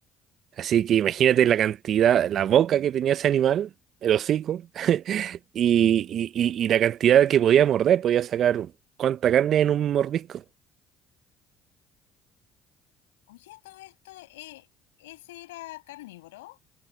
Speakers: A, on the right (about 60°); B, on the left (about 90°).
A: Así que imagínate la cantidad, la boca que tenía ese animal, el hocico, <laughs> y,
B: <laughs>
A: y- y- y la cantidad que podía morder, podía sacar cuánta carne en un mordisco.
B: Oye, todo esto, eh, ¿ese era carnívoro?